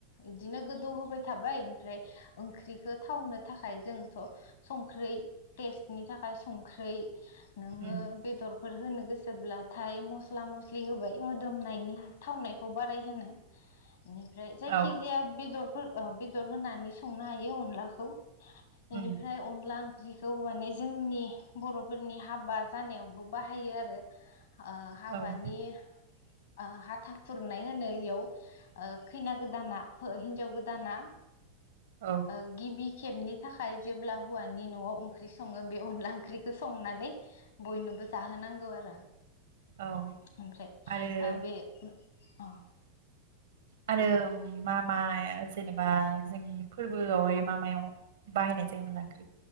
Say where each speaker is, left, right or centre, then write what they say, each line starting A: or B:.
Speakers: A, on the left; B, on the right.
A: इदिनो गोदौ होबाय थाबाय ओमफ्राय ओंख्रिखौ थावनो थाखाय जोंथ' संख्रै टेस्टनि थाखाय संख्रै नोङो
B: उम
A: बेदरफोर होनो गोसोब्लाथाय मस्ला मस्लि होबाय मोदोमनायनि थावनायखौ बाराय होनो बेनिफ्राय जायखि
B: औ
A: जाया बेदर फोर बेदर होनानै संनो हायो अनलाखौ बेनिफ्राय
B: उम
A: अनला ओं ग्लिखौ माने जोंनि बर'फोरनि हाबा जानायावबो बाहायो आरो। ओ हाबानि
B: औ
A: ओ हाथा खुरनाय होनो इयाव ओ खैना गोदाना हो हिन्जाव गोदाना
B: औ
A: ओ गिबि खेबनि थाखाय जेब्ला हौवानि न'आव ओंख्रि सङो बे अनला ओंख्रिखौ संनानै बयनोबो जाहोनांगौ आरो
B: औ
A: ओमफ्राय
B: आरो
A: बे औ
B: आरो मा मा जेनेबा जोंनि फोरबोआवहाय मा मायाव बाहाय <unintelligible>